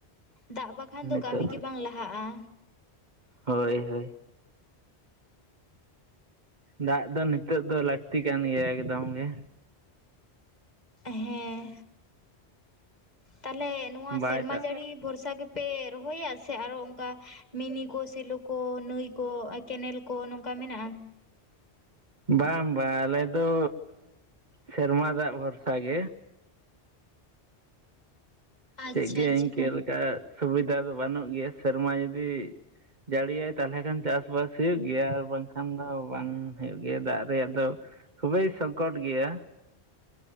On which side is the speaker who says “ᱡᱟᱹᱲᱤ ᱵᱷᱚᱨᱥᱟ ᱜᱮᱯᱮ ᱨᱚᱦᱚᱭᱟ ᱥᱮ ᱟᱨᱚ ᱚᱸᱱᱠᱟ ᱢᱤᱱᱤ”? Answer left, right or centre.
Left